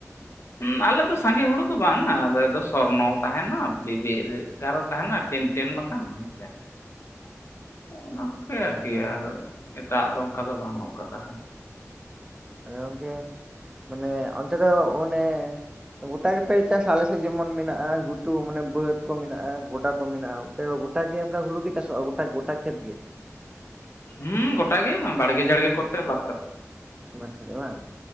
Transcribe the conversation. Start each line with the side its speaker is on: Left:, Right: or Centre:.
Left: ᱦᱚᱸ ᱟᱞᱮ ᱫᱚ ᱥᱟᱸᱜᱮ ᱦᱩᱲᱩ ᱫᱚ ᱵᱟᱝᱼᱟ᱾ ᱟᱞᱮ ᱫᱚ ᱥᱚᱨᱱᱚ ᱛᱟᱦᱮᱱᱟ ᱵᱤᱵᱤ ᱮᱜᱟᱨᱚ ᱛᱟᱦᱮᱸᱱᱟ᱾ ᱴᱮᱱ ᱴᱮᱱ ᱵᱟᱠᱷᱱ ᱦᱳᱭ ᱥᱮ ᱾ ᱚᱱᱟ ᱠᱚᱜᱮ
Right: ᱟᱹᱰᱤ
Left: ᱟᱨᱠᱤ
Right: ᱱᱟᱯᱟᱭ
Left: ᱟᱫᱚ ᱮᱴᱟᱜ ᱫᱚ, ᱚᱱᱠᱟ ᱫᱚ ᱵᱟᱹᱱᱩᱜ ᱠᱟᱫᱟ᱾
Right: ᱦᱮᱸ ᱜᱚᱝᱠᱮ᱾ ᱢᱟᱱᱮ ᱚᱱᱛᱮ ᱫᱚ ᱢᱟᱱᱮ ᱜᱚᱴᱟᱜ ᱜᱮᱯᱮ ᱪᱟᱥᱟ? ᱟᱞᱮᱥᱮᱫ ᱡᱮᱢᱚᱱ ᱢᱮᱱᱟᱜᱼᱟ᱾ ᱜᱷᱩᱴᱩ ᱢᱟᱱᱮ ᱵᱟᱹᱫᱽ ᱠᱚ ᱢᱮᱱᱟᱜᱼᱟ ᱜᱚᱰᱟ ᱠᱚ ᱢᱮᱱᱟᱜᱼᱟ ᱾ ᱛᱚ ᱜᱚᱴᱟ ᱜᱮ ᱚᱱᱠᱟ ᱦᱩᱲᱩ ᱜᱮ ᱪᱟᱥᱼᱟ, ᱜᱚᱴᱟ-ᱜᱚᱴᱟ ᱠᱷᱮᱛ ᱜᱮ?
Left: ᱦᱮᱸ ᱜᱚᱴᱟᱜᱮ ᱵᱟᱲᱜᱮ ᱡᱷᱟᱲᱜᱮ ᱠᱚᱛᱮ ᱵᱟᱫ ᱠᱟᱛᱮ᱾
Right: ᱢᱟ <inaudible> ᱵᱟᱝ